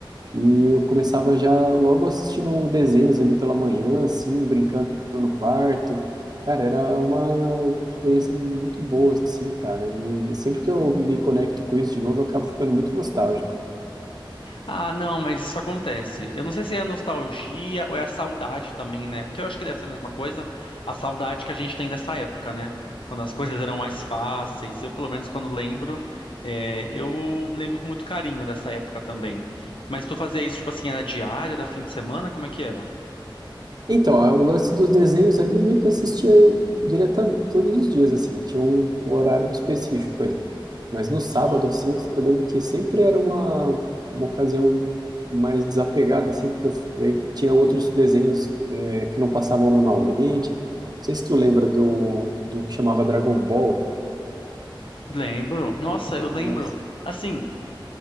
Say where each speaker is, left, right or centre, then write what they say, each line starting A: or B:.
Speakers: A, on the right (about 50°); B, on the left (about 75°).
A: E eu começava já logo assistindo desenhos ali pela manhã, assim, brincando no quarto. Cara, era uma experiência muito boa, assim, cara. E sempre que eu me conecto com isso de novo, eu acabo ficando muito nostálgico.
B: Ah, não, mas isso acontece. Eu não sei se é a nostalgia ou é a saudade também, né? Que eu acho que deve ser a mesma coisa. A saudade que a gente tem dessa época, né? Quando as <laughs> coisas eram mais fáceis. Eu, pelo menos, quando lembro, é, eu lembro com muito carinho dessa época também. Mas tu fazia isso, tipo assim, era diário, era fim de semana? Como é que era?
A: Então, a- o lance dos desenhos ali, eu meio que assistia diretamente todos os dias, assim, tinha um, um horário específico ali. Mas no sábado,
B: Uhum.
A: assim, eu, eu lembro que sempre era uma, uma ocasião mais desapegada, assim, porque eu, f- daí tinha outros desenhos é, que não passavam normalmente. Não sei se tu lembra do, do que chamava Dragon Ball.
B: Lembro. Nossa, eu lembro.
A: Nossa,
B: Assim.